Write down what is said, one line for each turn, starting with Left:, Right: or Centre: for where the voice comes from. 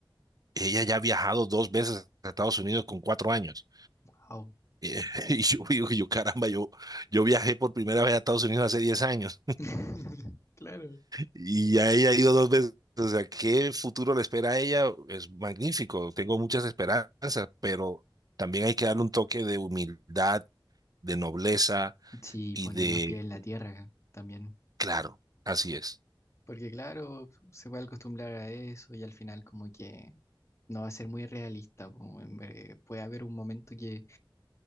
Right: Ella ya ha viajado dos veces a Estados Unidos con cuatro años.
Left: Wow.
Right: Eh, <laughs> Y yo, yo, yo, caramba, yo, yo viajé por primera vez a Estados Unidos hace diez años
Left: <laughs> Claro.
Right: y a ella ha ido dos veces. O sea, ¿qué futuro le espera a ella? Es magnífico, tengo muchas esperanzas, pero también hay que darle un toque de humildad, de nobleza
Left: Sí,
Right: y
Left: poner
Right: de...
Left: los pies en la tierra también.
Right: Claro, así es.
Left: Porque claro, se puede acostumbrar a eso y al final como que no va a ser muy realista. po, en ver- puede haber un momento que